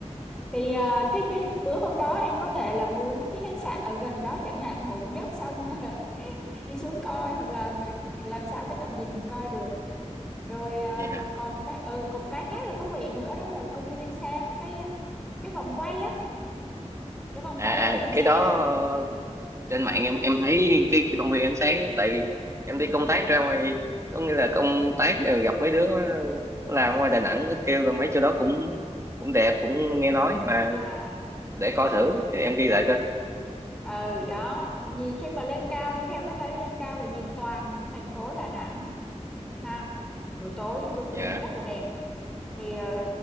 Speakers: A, in the centre; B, on the right.
A: thì à, cái cái bữa hôm đó em có thể là mướn cái khách sạn ở gần đó chẳng hạn ngủ giấc xong <laughs> đi xuống coi hoặc là người làm sao cái tầm nhìn mình coi được rồi à,
B: dạ
A: rồi còn cái ừ còn cái khác là thú vị nữa đó là công viên ánh sáng cái à, cái vòng quay á cái vòng
B: à
A: quay
B: à
A: như đầm
B: cái
A: sen
B: đó
A: á
B: trên mạng em em thấy cái, cái công viên ánh sáng tại vì em
A: ừ
B: đi công tác ra ngoài có nghĩa là công tác rồi gặp mấy đứa ờ, nó làm ngoài Đà Nẵng nó kêu là mấy chỗ đó cũng cũng đẹp cũng nghe nói mà
A: à
B: để coi thử thì em ghi lại coi
A: ừ đó nhìn khi mà lên cao đi theo cái dây đấy lên cao là nhìn toàn thành phố Đà Nẵng ha buổi tối lung
B: dạ
A: linh rất là đẹp thì ờ,